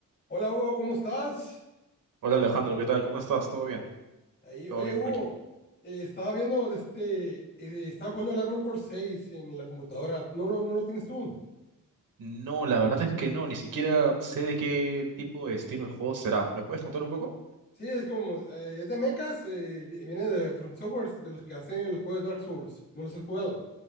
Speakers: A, on the left; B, on the right.
A: Hola Hugo, ¿cómo estás?
B: Hola Alejandro, ¿qué tal? ¿Cómo estás? ¿Todo bien?
A: Ahí,
B: Todo
A: oye
B: bien
A: Hugo,
B: por aquí.
A: eh, estaba viendo, este, eh, estaba jugando el Armored Core seis en la computadora. ¿No lo, no lo tienes tú?
B: No, la verdad es que no, ni siquiera sé de qué tipo de estilo de juego será. ¿Me puedes contar un poco?
A: Sí, es como, eh, es de mechas, eh, vi- viene de From Software, de los que hacen los juegos de Dark Souls. ¿No los has jugado?